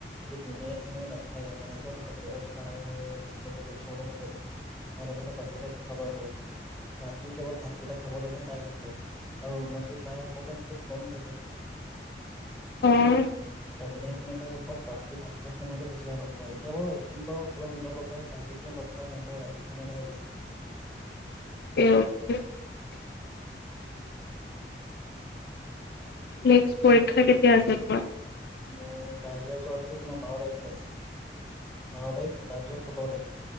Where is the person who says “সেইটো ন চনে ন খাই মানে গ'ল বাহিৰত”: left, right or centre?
Centre